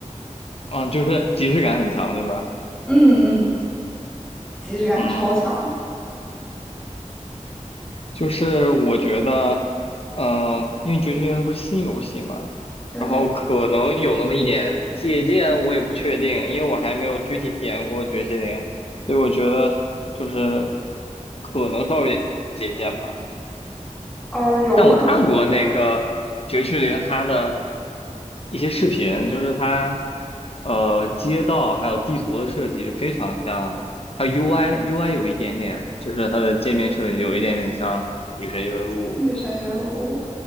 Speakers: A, on the left; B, in the centre.
A: 啊，就是即视感很强，对吧？
B: 嗯嗯，即视感超强，
A: 嗯。就是我觉得，嗯、因为《绝区连它不是新游戏嘛，
B: 对。
A: 然后可能有那么一点借鉴，我也不确定，因为我还没有具体体验过《绝区连》，所以我觉得就是可能稍微有点借鉴吧。
B: 呃，有可能的，
A: 但我看过那个《绝区零它的一些视频，就是它呃街道还有地图的设计就非常像，它 UI UI 有一点点，就是它的界面设计有一点点像《女神异闻录》。
B: 越深越入。